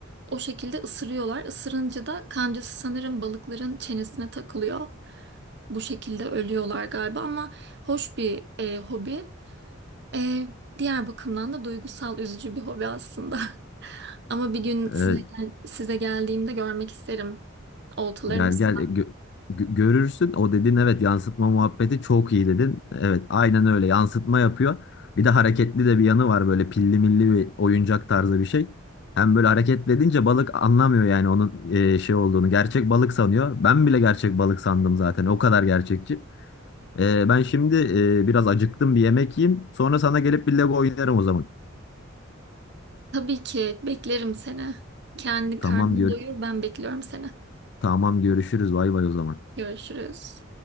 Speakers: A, on the right; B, on the left.
A: o şekilde ısırıyorlar. Isırınca da kancası sanırım balıkların çenesine takılıyor. Bu şekilde ölüyorlar galiba ama hoş bir e, hobi. E, diğer bakımdan da duygusal üzücü bir hobi aslında. <laughs> Ama bir gün
B: E,
A: size gel- size geldiğimde görmek isterim oltalarınızı.
B: Gel gel e, gö- gö- görürsün. O dedin evet yansıtma muhabbeti çok iyi dedin. Evet aynen öyle yansıtma yapıyor. Bir de hareketli de bir yanı var böyle pilli milli bir oyuncak tarzı bir şey. Hem böyle hareketli edince balık anlamıyor yani onun e, şey olduğunu. Gerçek balık sanıyor. Ben bile gerçek balık sandım zaten. O kadar gerçekçi. E, ben şimdi e, biraz acıktım bir yemek yiyeyim. Sonra sana gelip bir Lego oynarım o zaman.
A: Tabii ki beklerim seni. Kendi karnını
B: Tamam gör
A: doyur, ben bekliyorum seni.
B: tamam görüşürüz. Bay bay o zaman.
A: Görüşürüz.